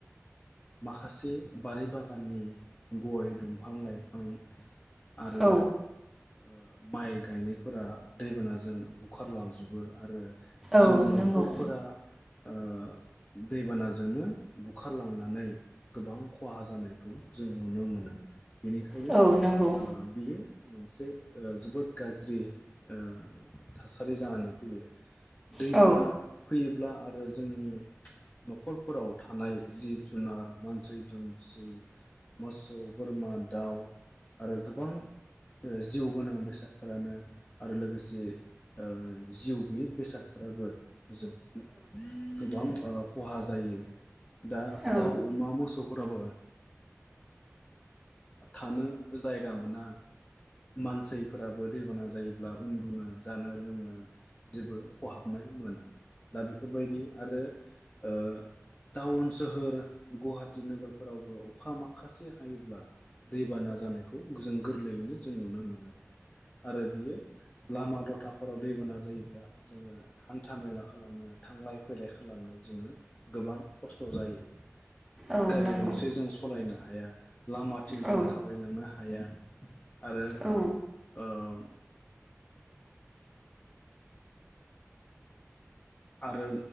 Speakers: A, on the left; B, in the centre.
A: माखासे बारि बागाननि गय दंफां लाइफां आरो
B: औ
A: ओ माइ गायनायफोरा दैबानाजों बुखारलांजोबो आरो जोंनि
B: औ
A: न'खरफोरा
B: नंगौ
A: ओ दैबानाजोंनो बुखारलांना नानै गोबां खहा जानायखौ जों नुनो मोनो। बेनिखायनो
B: औ नंगौ
A: ओ बियो मोनसे ओ जोबोद गाज्रि ओ थासारि जानानै फैयो। दैबाना
B: औ
A: फैयोब्ला आरो जोंनि नखरफोराव थानाय जिब जुनार मानसि दोमसै मोसौ बोरमा दाउ आरो गोबां जिउ ओ गोनां बेसादफोरानो आरो लोगोसे ओ जिउ गैयि बेसादफोराबो जोब गोबां ओ खहा जायो दा
B: औ
A: दाउ अमा मोसौफोराबो थानो जायगा मोना मानसिफोराबो दैबाना जा जायोब्ला उन्दुनो जानो लोंनो जेबो खहाबनाय मोना दा बेफोरबायदि आरो ओ टाउन सोहोर गुवाहाटि नोगोरफोरावबो अखा माखासे हायोब्ला दैबाना जानायखौ जों गोर गोरलैयैनो जों नुनो मोनो। आरो बियो लामा दथा हराव दैबाना जायोब्ला जोङो हान्था मेला खालामनो थांलाय फैलाय खालामनो जोङो गोबां खस्थ' जायो
B: औ
A: गारि
B: नंगौ
A: गंसे जों सलायनो हाया लामाथिं
B: औ
A: जों थाबायलांनो हाया -या आरो
B: औ
A: ओ आरो